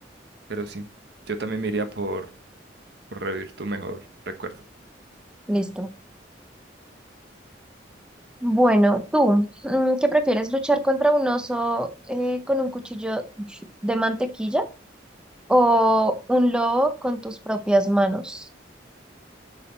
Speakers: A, on the right (about 60°); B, in the centre.
A: pero sí, yo también me iría por, por revivir tu mejor recuerdo.
B: Listo. Bueno, tú, mm, ¿qué prefieres? ¿Luchar contra un oso eh, con un cuchillo de mantequilla? o un lobo con tus propias manos?